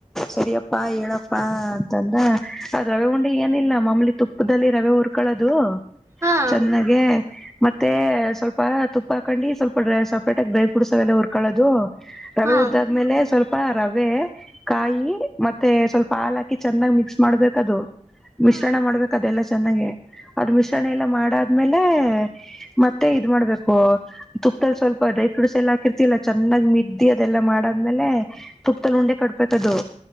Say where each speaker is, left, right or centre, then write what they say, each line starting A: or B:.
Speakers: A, in the centre; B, on the right.
A: ಸರಿಯಪ್ಪಾ ಹೇಳಪ್ಪಾ ಅಂತಂದ ಅದ್ ರವೆ ಉಂಡಿ ಏನಿಲ್ಲ ಮಾಮಲಿ ತುಪ್ಪದಲ್ಲಿ ರವೆ ಉುರ್ಕೊಳ್ಳೋದು
B: ಹಾ
A: ಚೆನ್ನಾಗೆ ಮತ್ತೆ ಸ್ವಲ್ಪ ತುಪ್ಪ ಹಾಕಂಡಿ ಸ್ವಲ್ಪ ಡ್ರೈ ಸಪ್ರೇಟ ಡ್ರೈ ಫ್ರೂಟ್ಸ್ ಅವೆಲ್ಲ ಹುರ್ಕೊಳ್ಳೋದು ರವೆ
B: ಹಾ
A: ಉಡ್ದಾದ್ಮೇಲೆ ಸ್ವಲ್ಪ ರವೆ ಕಾಯಿ ಮತ್ತೆ ಸ್ವಲ್ಪ ಹಾಲ್ ಹಾಕಿ ಚೆಂದಾಗ್ ಮಿಕ್ಸ್ ಮಾಡ್ಬೇಕದು
B: ಹಾ
A: ಮಿಶ್ರಣ ಮಾಡ್ಬೇಕ ಅದೆಲ್ಲ ಚೆನ್ನಾಗ ಅ್ರ ಮಿಶ್ರಣ ಎಲ್ಲ ಮಾಡಾದ್ಮೇಲೆ ಮತ್ತೆ ಇದ್ ಮಾಡ್ಬೇಕು ತುಪ್ಪದಲ್ಲಿ ಸ್ವಲ್ಪ ಡ್ರೈ ಫ್ರೂಟ್ಸ್ ಎಲ್ಲ ಹಾಕಿರ್ತಿಲ್ಲ ಚೆನ್ನಾಗಿೀ ಸುದ್ದಿ ಅದೆಲ್ಲ ಮಾಡಾದ್ಮೇಲೆ ತುಪ್ಪದಲ್ಲಿ ಉಂಡೆ ಕಟ್ಬೇಕದು